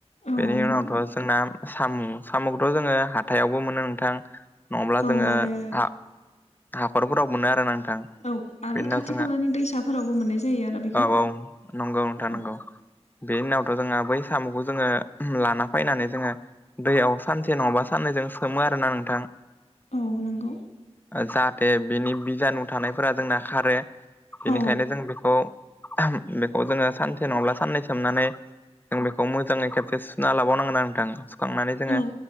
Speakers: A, on the left; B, on the left.
A: औ
B: बेनि
A: नंगौ
B: उनावथ' जोंना साम' साम'खौथ' जोङो हाथायावबो मोनो नोंथां- नङाब्ला
A: औ
B: जोङो
A: आरो
B: हा हाखरफोराव मोनो आरो नोंथां।
A: औ आरो
B: बेनि उनाव
A: खाथि
B: जोङो
A: खालानि दैसाफोरावबो मोननाय जायो आरो बेखौ।
B: औ औ नंगौ नोंथा
A: औ
B: नंगौ बेनि उनावथ' जोङो बै साम'खौ जोङो लाना फैनानै जोङो- दैयाव सानसे नङाबा साननैजों सोमो आरोना नोंथां।
A: औ नोंगौ।
B: जाहाथे बिनि बिजानु थानायफोरा जोंना खारो। बेनिखायनो
A: औ
B: जों बेखौ-बेखौ जोङो सानसे नङाब्ला साननै सोमनानै- जों बेखौ मोजाङै खेबसे सुना लाबावनांगोना नोंथां। खांनानै जोङो
A: औ